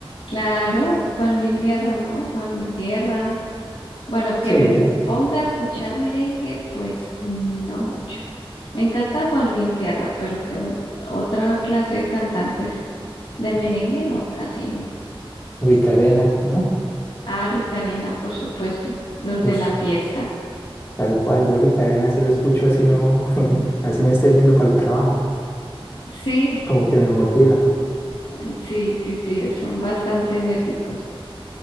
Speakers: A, on the left; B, on the left.
A: claro, Juan Luis Guerra, ¿no? Juan Luis Guerra. Bueno, que
B: Sí,
A: me ponga a escuchar merengue, pues no mucho. Me encanta Juan Luis Guerra, pero que otra clase de cantantes de merengue, no, casi no.
B: Ricarena, ¿no?
A: Ah, Ricarena, por supuesto, los
B: Uf.
A: de la fiesta.
B: Tal cual, Jordi Cadena, si lo escucho así no, <laughs> así me está yendo para el trabajo,
A: Sí,
B: como que me motiva.
A: <laughs> sí, sí, sí, son bastante enérgicos.